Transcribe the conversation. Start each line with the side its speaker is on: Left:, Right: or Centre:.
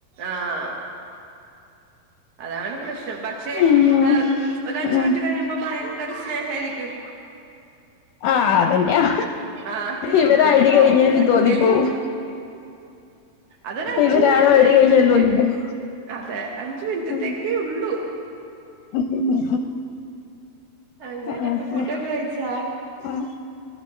Right: ആഹ് അതാണ് പ്രശ്നം പക്ഷേ
Left: അയ്യോ
Right: ആഹ് ഒരു അഞ്ചു
Left: ഉം
Right: മിനിറ്റ് കഴിയുമ്പോ ഭയങ്കര സ്നേഹായിരിക്കും
Left: ആഹ് അതന്നെയാ
Right: ആന് കെട്ടിപ്പിടുത്തവും
Left: ഇവരാ അടി കഴിഞ്ഞെന്ന്
Right: എക്കലും
Left: തോന്നിപ്പോവും
Right: അതൊരു അഞ്ച്
Left: ഇവരാണോ
Right: മി
Left: അടി
Right: അഞ്ച്
Left: കഴിഞ്ഞെന്ന്
Right: മിൻറ്റ്
Left: തോന്നിപ്പോവും
Right: അതെ അഞ്ച് മിനിറ്റത്തേക്കേ
Left: ഉം
Right: ഉള്ളൂ
Left: <unintelligible> ഉം
Right: അങ്ങനെ
Left: പിന്നെ
Right: ഫുഡൊക്കെ കഴിച്ചാ
Left: ഉം